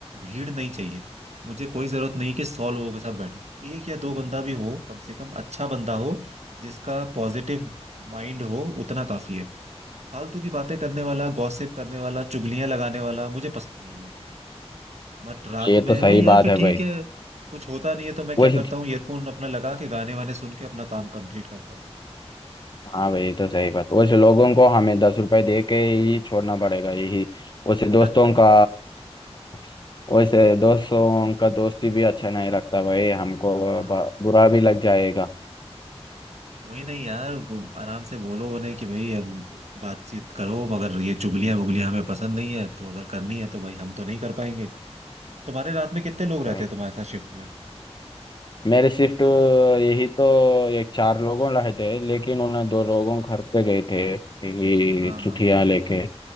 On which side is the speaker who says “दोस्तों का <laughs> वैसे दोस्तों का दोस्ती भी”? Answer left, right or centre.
Left